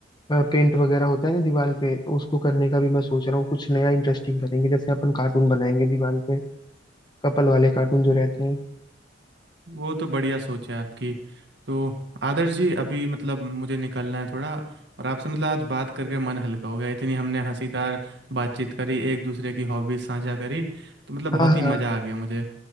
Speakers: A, on the left (about 25°); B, on the right (about 65°).
A: पेंट वगैरह होता है ना दीवार पे तो उसको करने का भी मैं सोच रहा हूँ कुछ नया इंटरेस्टिंग करेंगे जैसे अपन कार्टून बनाएंगे दीवार पे कपल वाले कार्टून जो रहते हैं
B: वो तो बढ़िया सोच है आपकी तो आदर्श जी अभी मतलब मुझे निकलना है थोड़ा और आपसे मतलब आज बात करके मन हल्का हो गया इतनी हमने हंसीदार बातचीत करी एक दूसरे की हॉबीज साझा करी तो मतलब
A: हाँ
B: बहुत ही
A: हाँ
B: मज़ा आ गया मुझे